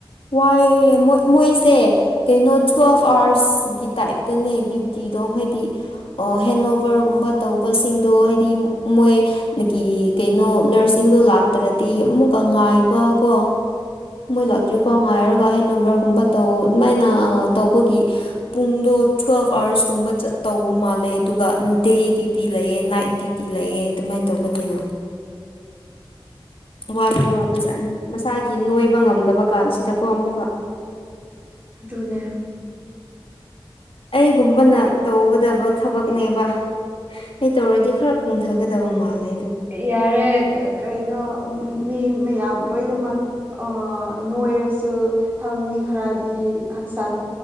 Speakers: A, on the left; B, on the right.
A: ꯋꯥꯏꯑꯦꯣꯏ ꯃꯣꯏꯁꯦ ꯀꯩꯅꯣ ꯇꯨꯋꯦꯜꯐ ꯑꯥꯋꯔꯁꯀꯤ ꯇꯥꯏꯞꯇꯅꯦ ꯗ꯭ꯌꯨꯇꯤꯗꯣ ꯍꯥꯏꯗꯤ ꯑꯣ ꯍꯦꯟ ꯑꯣꯕꯔꯒꯨꯝꯕ ꯇꯧꯕꯁꯤꯡꯗꯣ ꯍꯥꯏꯗꯤ ꯃꯣꯏꯒꯤ ꯀꯩꯅꯣ ꯅꯔꯁꯤꯡꯗꯣ ꯂꯥꯛꯇ꯭ꯔꯗꯤ ꯑꯃꯨꯛꯀ ꯉꯥꯏꯕꯀꯣ ꯃꯣꯏ
B: ꯎꯝ
A: ꯂꯇ꯭ꯔꯤ ꯐꯥꯎꯉꯥꯏꯔ ꯕ ꯍꯦꯟ ꯑꯣꯕꯔꯒꯨꯝꯕ ꯇꯧ ꯑꯗꯨꯃꯥꯏꯅ ꯇꯧꯕꯒꯤ ꯄꯨꯡꯗꯣ ꯊꯨꯋꯦꯜꯐ ꯑꯥꯋꯔꯁ ꯀꯨꯝꯕ ꯆꯠ ꯇꯧꯕ ꯃꯥꯜꯂꯦ ꯑꯗꯨꯒ ꯗꯦ ꯗ꯭ꯌꯨꯇꯤ ꯂꯩꯑꯦ ꯅꯥꯏꯠ ꯗ꯭ꯌꯨꯇꯤ ꯂꯩꯑꯦ ꯑꯗꯨꯃꯥꯏꯅ ꯇꯧꯕꯅꯤꯅ <inaudible> ꯋꯥꯗꯤ ꯋꯥꯕ ꯖꯥꯠꯅꯤ ꯃꯁꯥꯒꯤ ꯅꯣꯏꯕ ꯉꯝꯗꯕ ꯀꯥꯟꯁꯤꯗꯀꯣ ꯑꯃꯨꯛꯀ <inaudible>
B: ꯑꯗꯨꯅꯦ
A: ꯑꯩꯒꯨꯝꯕꯅ ꯇꯧꯒꯗꯕ ꯊꯕꯛꯅꯦꯕ ꯑꯩ ꯇꯧꯔꯗꯤ ꯈꯔ ꯀꯪꯊꯒꯗꯕ ꯃꯥꯜꯂꯦ ꯑꯗꯨꯕꯨ
B: ꯌꯥꯔꯦ ꯀꯩꯅꯣ ꯃꯤ ꯃꯌꯥꯝ ꯂꯣꯏꯅꯃꯛ ꯁꯦ ꯅꯣꯏꯔꯁ ꯁꯨ ꯍꯪ ꯃꯤ ꯈꯔꯗꯤ ꯍꯛꯆꯥꯡ